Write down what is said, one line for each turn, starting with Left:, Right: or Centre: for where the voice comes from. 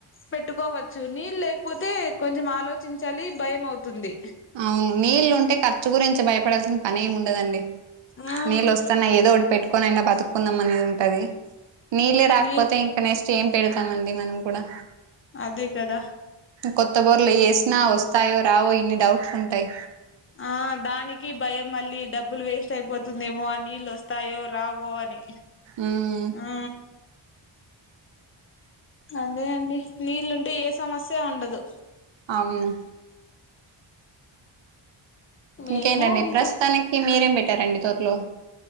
Left: పెట్టుకోవచ్చు నీళ్ళ లేకపోతే కొంచం ఆలోచించాలి భయం అవుతుంది
Right: అవును నీళ్ళలుుంటే ఖర్చు గురించి భయపడాల్సిన పని ఏమి ఉండదండి
Left: ఆ
Right: నీళ్ళు వస్తున్నా ఏదో ఒకటి పెట్టుకొని అయినా బతుకుందాం అనేది ఉంటది నీళ్ళే రాకపోతే
Left: నీ
Right: ఇంకా నెక్స్ట్ ఏం పెడతామండి మనం కూడా
Left: అదే కదా!
Right: కొత్త బోర్లు యేసినా వస్తాయో రావో ఇన్ని డౌట్స్ ఉంటాయ్
Left: ఆ దానికి భయం మళ్ళీ డబ్బులు వేస్ట్ అయిపోతుందేమో ఆ నీళ్ళు వస్త తాయో రావో అని
Right: ఉమ్
Left: ఆ అదే అండి నీళ్ళుంటే ఏ సమస్య ఉండదు
Right: అవును
Left: మేము
Right: ఇంకేంటండి ప్రస్తుతానికి
Left: ఇంకా
Right: మీరేం పెట్టారండి తోటలో